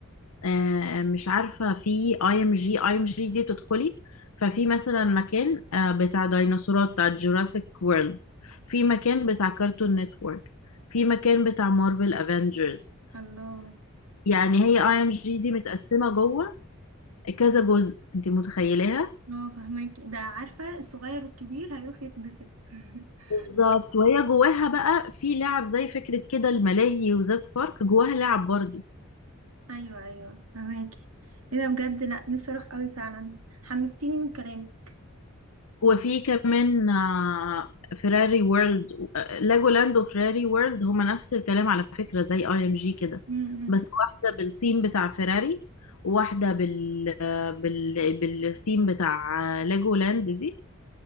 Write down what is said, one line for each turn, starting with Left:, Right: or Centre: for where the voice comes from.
Left: آه، مش عارفة في اي ام جي اي ام جي دي تدخلي ففي مثلا مكان آه، بتاع ديناصورات بتاع جوراسيك وورلد في مكان بتاع كارتون نتورك في مكان بتاع مارفل افنجرز
Right: الله
Left: يعني هي اي ام جي دي متقسمة جوه كذا جزء انت متخيلاها
Right: اه فهماكي ده عارفة الصغير والكبير هيروح يتبسط <laughs>
Left: بالظبط وهي جواها بقى في لعب زي فكرة كده الملاهي وزاد بارك جواها لعب برضو
Right: ايوه ايوه فهماكي ايه ده بجد لا نفسي اروح قوي فعلا حمستيني من كلامك
Left: وفي كمان آه، فيراري وورلد آه، لاجولاند وفيراري وورلد هما نفس الكلام على فكرة زي اي ام جي كده
Right: امم
Left: بس واحدة بالثيم بتاع فيراري وواحدة بال آه، بال بالثيم بتاع آه، لاجولاند دي